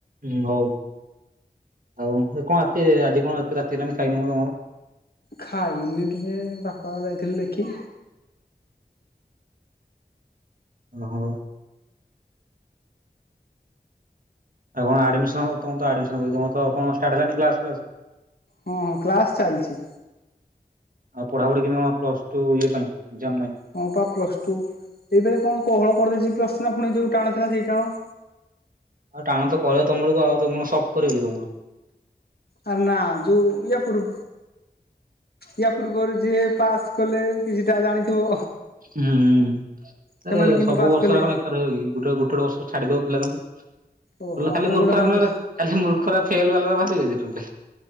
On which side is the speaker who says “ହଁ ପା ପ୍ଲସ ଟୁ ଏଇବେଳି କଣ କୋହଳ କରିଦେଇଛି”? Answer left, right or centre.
Left